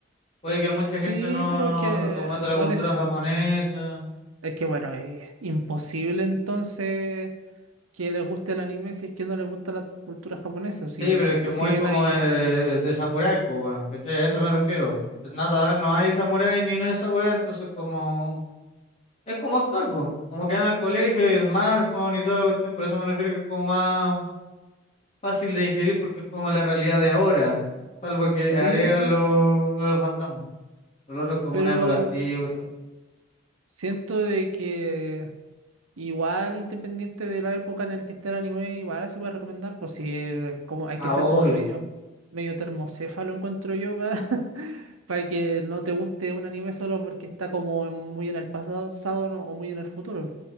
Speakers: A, on the left; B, on the right.
A: Puede que mucha
B: Sí,
A: gente no,
B: pero es que
A: como es de la
B: no
A: cultura
B: les...
A: japonesa.
B: Es que bueno, es imposible entonces que les guste el anime si es que no les gusta la cultura japonesa. Si,
A: Sí, pero
B: eh,
A: es que es
B: si
A: muy
B: bien
A: como
B: ahí,
A: de,
B: eh,
A: de samurái, pues, weón, ¿cachai? A eso me refiero. Pues nada, no hay samurái ni una de esas weas, entonces como... Es como actual, pues. Como que van al colegio y smartphone y toda la cuestión, por eso me refiero que es como más fácil de digerir porque es como la realidad de ahora, salvo que
B: sí,
A: agregan lo, lo de los fantasmas. Lo otro es como
B: pero
A: una época antigua y todo. lo-
B: siento de que igual independiente de la época en la que esté el anime, igual se puede recomendar, pues si es como, hay
A: Ah,
B: que ser
A: obvio.
B: como medio, medio termocéfalo, encuentro yo, para <laughs> que no te guste un anime solo porque está como en- muy en el pasado ¿no? o muy en el futuro.